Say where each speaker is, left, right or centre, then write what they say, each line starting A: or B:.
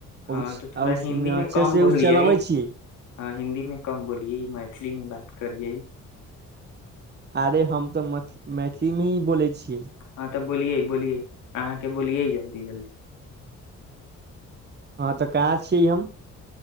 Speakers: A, on the left (about 85°); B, on the right (about 35°).
A: हँ
B: ओ
A: तऽ थोड़ा
B: आ उसमे
A: हिन्दी
B: अच्छे
A: मे कम
B: से
A: बोलियै
B: उ चलबै छी
A: हँ हिन्दी में कम बोलिये मैथिली मे बात करिये
B: अरे हम तऽ मैथिलीमे ही बोलै छियै
A: हँ तऽ बोलिये बोलिये अहाँके बोलियै जल्दी जल्दी
B: हँ तऽ कहाँ छियै हम